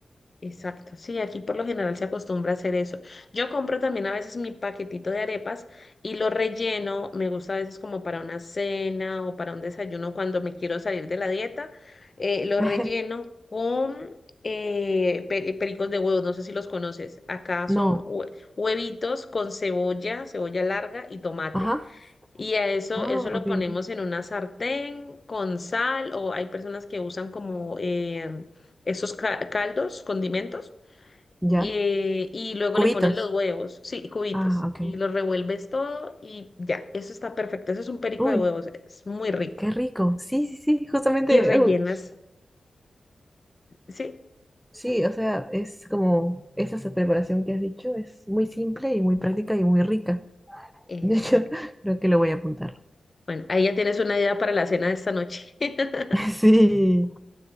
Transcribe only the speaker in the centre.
<laughs>
No,
ajá.
Ah,
ok,
ok.
Ya.
Cubitos.
Ah, ok.
Uy,
qué rico. Sí, sí, sí, justamente,
uy,
Sí, o sea, es como esa sa- preparación que has dicho es muy simple y muy práctica y muy rica.
De hecho, <laughs> creo que lo voy a apuntar.
<laughs> Sí,